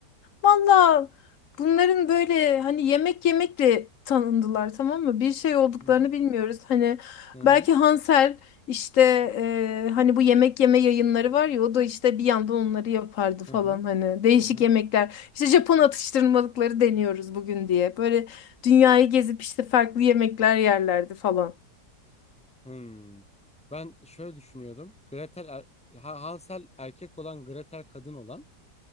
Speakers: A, on the left; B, in the centre.
A: Valla bunların böyle hani yemek yemekle tanındılar tamam mı? Bir şey olduklarını
B: Hı hı.
A: bilmiyoruz. Hani
B: Hı hı.
A: belki Hansel işte e, hani bu yemek yeme yayınları var ya o da işte bir yandan onları yapardı falan
B: Hı hı.
A: hani değişik
B: Hı hı.
A: yemekler. İşte Japon atıştırmalıkları deniyoruz bugün diye. Böyle dünyayı gezip işte farklı yemekler yerlerdi falan.
B: Hmm. Ben şöyle düşünüyordum. Gretel er- Ha- Hansel erkek olan, Gretel kadın olan,